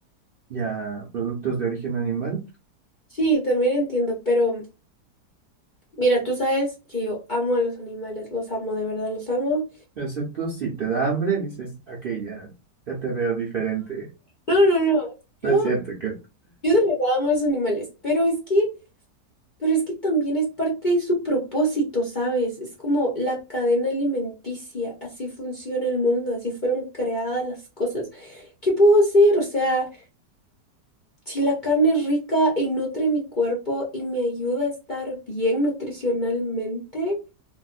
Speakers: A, on the right; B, on the left.
A: y a productos de origen animal,
B: Sí, también entiendo, pero mira, tú sabes que yo amo a los animales, los amo, de verdad, los amo.
A: excepto si te da hambre, dices, ok, ya, ya te veo diferente.
B: No, no, no, no, yo,
A: No es cierto, que...
B: yo de verdad amo a los animales, pero es que... Pero es que también es parte de su propósito, ¿sabes? Es como la cadena alimenticia, así funciona el mundo, así fueron creadas las cosas. ¿Qué puedo hacer? O sea, si la carne es rica y nutre mi cuerpo y me ayuda a estar bien nutricionalmente,